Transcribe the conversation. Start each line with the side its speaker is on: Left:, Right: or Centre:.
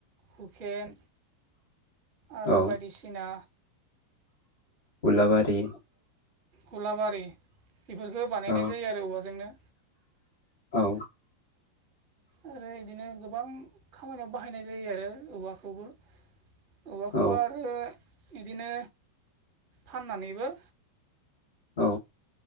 Right: हुफेन आरो
Left: औ
Right: बायदिसिना
Left: उलाबारि
Right: गलाबारि बेफोरफोरखौो बानायनाय
Left: औ
Right: जायो आरो औवाजोंनो
Left: औ।
Right: आरो इदिनो गोबां खामानियाव बाहायनाय जायो आरो औवाखौबो। औवाखौबो
Left: औ
Right: आरो बिदिनो फाननानैबो
Left: औ